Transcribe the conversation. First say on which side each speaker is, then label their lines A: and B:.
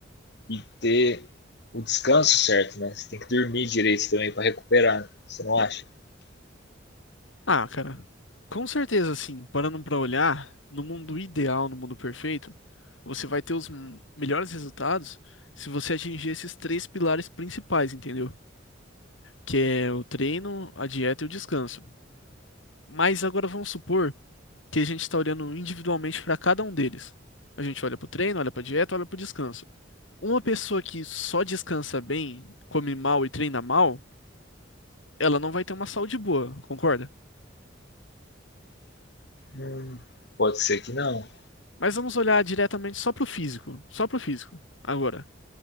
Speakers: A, on the left; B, on the left.
A: e ter o descanso certo, né? Você tem que dormir direito também para recuperar, você não acha?
B: Ah, cara, com certeza, assim, parando pra olhar, no mundo ideal, no mundo perfeito, você vai ter os m- melhores resultados se você atingir esses três pilares principais, entendeu? Que é o treino, a dieta e o descanso. Mas agora vamos supor que a gente está olhando individualmente para cada um deles. A gente olha pro treino, olha pra dieta, olha pro descanso. Uma pessoa que só descansa bem, come mal e treina mal, ela não vai ter uma saúde boa, concorda?
A: Hum. Pode ser que não.
B: Mas vamos olhar diretamente só pro físico, só pro físico. Agora,